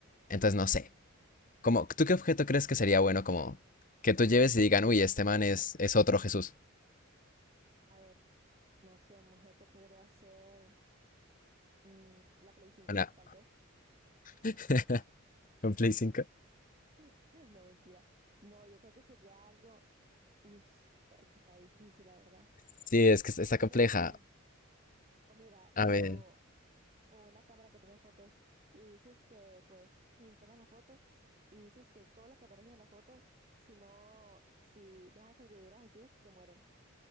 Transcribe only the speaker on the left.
Entonces, no sé, como, ¿tú qué objeto crees que sería bueno como que tú lleves y digan, uy, este man es, es otro Jesús?
Una,
<laughs> un Play 5.
Sí, es que es- está
compleja.
A
ver,